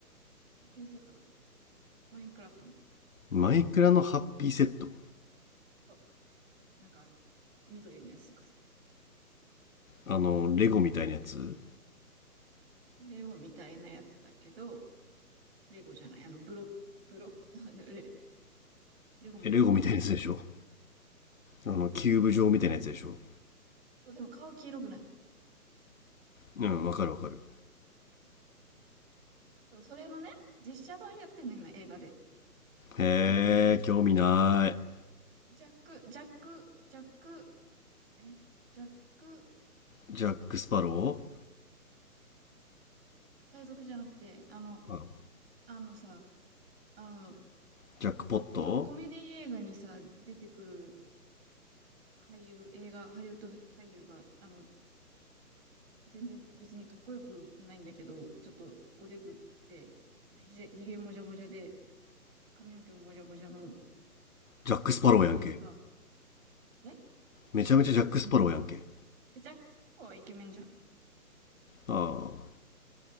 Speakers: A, on the right; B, on the left.
A: ッピーセットだと。マインクラフトの。
B: マイクラのハッピーセット
A: そうなんかあの、緑のやつとかさ。
B: あの、レゴみたいなやつ
A: レゴみたいなやつだけど、レゴじゃない、あの、ブロック、ブロック、<laughs> レ、レゴもブロックか。
B: え、レゴみたいなやつでしょあの、キューブ状みたいなやつでしょ
A: そう、でも顔黄色くない。
B: うん、わかるわかる。
A: そう、それのね、実写版やってんの、今、映画で。で、
B: へえ、興味ない。
A: ジャック、ジャック、ジャック、え、ジャック、
B: ジャック・スパロ
A: 海賊じゃなくて、あの、
B: ーあ、
A: あのさ、あの、
B: ジャックポット
A: よくコメディ映画にさ、出てくる俳優、映画、ハリウッド俳優が、あの、全然別にかっこよくないんだけど、ちょっとおデブで、ひげひげもじゃもじゃで、髪の毛ももじゃもじゃの
B: ジャック・スパローやんけ。
A: 俳優が、え
B: めちゃめちゃジャック・
A: 違います
B: スパローやんけ。
A: <laughs> ジャック・スパロウはイケメンじゃん。
B: ああ、